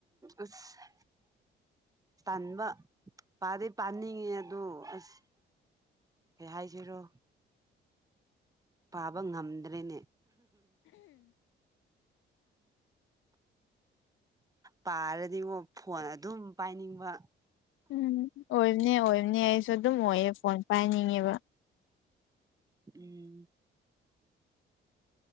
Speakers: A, on the right (about 15°); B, on the left (about 80°).
A: ꯑꯁ ꯇꯟꯕ ꯄꯥꯗꯤ ꯄꯥꯅꯤꯡꯉꯤ ꯑꯗꯨ ꯑꯁ ꯀꯩ ꯍꯥꯏꯖꯤꯔꯣ ꯄꯥꯕ ꯉꯝꯗ꯭ꯔꯦꯅꯦ ꯄꯥꯔꯗꯤꯉꯣ ꯐꯣꯟ ꯑꯗꯨꯝ ꯄꯥꯏꯅꯤꯡꯕ
B: ꯎꯝ ꯑꯣꯏꯕꯅꯦ ꯑꯣꯏꯕꯅꯦ ꯑꯩꯁꯨ ꯑꯗꯨꯝ ꯑꯣꯏꯌꯦ ꯐꯣꯟ ꯄꯥꯏꯅꯤꯡꯉꯦꯕ
A: ꯎꯝ